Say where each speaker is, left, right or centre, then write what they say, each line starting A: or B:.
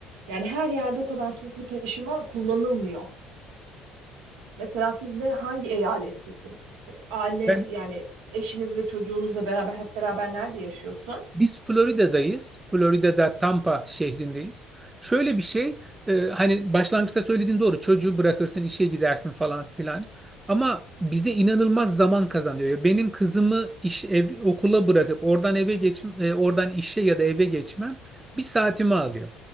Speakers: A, on the right; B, on the right.
A: Yani her yerde o kadar toplu taşıma kullanılmıyor. Mesela siz de hangi eyalettesin? Se- Ailen
B: Ben
A: yani eşiniz ve çocuğunuzla beraber hep beraber nerede yaşıyorsun?
B: Biz Florida'dayız. Florida'da Tampa şehrindeyiz. Şöyle bir şey, e, hani başlangıçta söylediğin doğru. Çocuğu bırakırsın, işe gidersin falan filan. Ama bize inanılmaz zaman kazanıyor. Ya Benim kızımı iş ev, okula bırakıp oradan eve geç, e, oradan işe ya da eve geçmem bir saatimi alıyor.